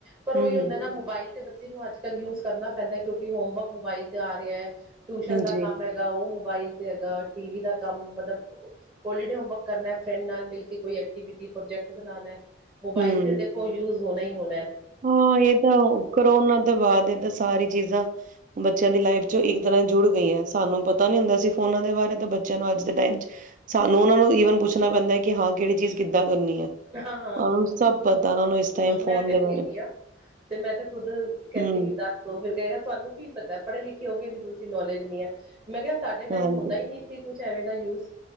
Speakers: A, on the right; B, on the right.
A: ਪਰ ਉਹੀ
B: ਹੂੰ,
A: ਹੁੰਦਾ ਨਾ ਮੋਬਾਇਲ ਤੇ ਬੱਚੇ ਬੱਚੇ ਨੂੰ ਅੱਜ, ਕੱਲ੍ਹ ਯੂਜ ਕਰਨਾ ਪੈਂਦਾ ਹੈ। ਕਿਉਂਕਿ ਹੋਮਵਰਕ ਮੋਬਾਈਲ ਤੇ ਆ ਰਿਹਾ ਹੈ। ਟਿਊਸ਼ਨ
B: ਹੂੰ
A: ਦਾ
B: ਜੀ,
A: ਕੰਮ ਹੈਗਾ ਉਹ ਮੋਬਾਈਲ ਤੇ ਹੈਗਾ। ਟੀ ਵੀ ਦਾ ਕੰਮ ਮਤਲਬ ਪੋਲੀ ਡੇ ਹੋਮਵਰਕ ਕਰਨਾ। ਫਰੈਂਡ ਨਾਲ ਮਿਲ ਕੇ ਕੋਈ ਐਕਟੀਵਿਟੀ ਪ੍ਰੋਜੈਕਟ ਬਣਾਉਣਾ। ਮੋਬਾਈਲ
B: ਹੂੰ
A: ਤੇ ਦੇਖੋ ਯੂਜ ਹੋ ਨਹੀਂ ਹੀ ਹੋ।
B: ਹਾਂ ਇਹ ਤਾਂ ਕਰੋਨਾ ਤੋਂ ਬਾਅਦ ਇਹ ਤਾਂ ਸਾਰੀ ਚੀਜ਼ਾਂ ਬੱਚਿਆਂ ਦੀ ਲਾਈਫ ਚ ਇੱਕ ਤਰ੍ਹਾਂ ਜੁੜ ਗਈ ਹੈ। ਸਾਨੂੰ ਪਤਾ ਨੀ ਹੁੰਦਾ ਸੀ ਫੋਨਾਂ ਦੇ ਬਾਰੇ ਤਾਂ ਬੱਚਿਆਂ ਨੂੰ ਅੱਜ ਦੇ ਟਾਈਮ ਚ ਸਾਨੂੰ ਉਹਨਾਂ ਨੂੰ ਵਨ ਪੁੱਛਣਾ ਪੈਂਦਾ ਹੈ ਕਿ ਹਾਂ ਕਿਹੜੀ ਚੀਜ਼ ਕਿੱਦਾਂ ਕਰਨੀ ਹੈ
A: ਹਾਂ ਹਾਂ
B: ਹ ਹੁਣ ਸਭ ਤਾਰਾਂ ਨੂੰ ਇਸ ਟਾਈਮ
A: ਮੈਂ
B: ਫੋਨ
A: ਤੇ
B: ਦੇ ਬਾਰੇ।
A: ਨੀ ਹੈਗੀ ਤੇ ਮੈਂ ਤੇ ਖੁੱਦ ਕਹਿੰਦੀ
B: ਹੂੰ,
A: ਹਾਂ ਕਿ ਦੱਸੋ ਫਿਰ ਕਹੇਗਾ ਤੁਹਾਨੂੰ ਕੀ ਪਤਾ ਪੜ੍ਹੇ ਲਿਖੇ ਹੋ ਕੇ ਵੀ ਤੁਸੀਂ। ਦੀ ਨੌਲੇਜ ਨਹੀਂ ਹੈ। ਮੈਂ ਕਿਹਾ ਸਾਡੇ ਟਾਈਮ
B: ਹਾਂਜੀ,
A: ਹੁੰਦਾ ਹੀ ਨਹੀਂ ਸੀ। ਕੁਛ ਐਵੇ ਦਾ ਯੂਸ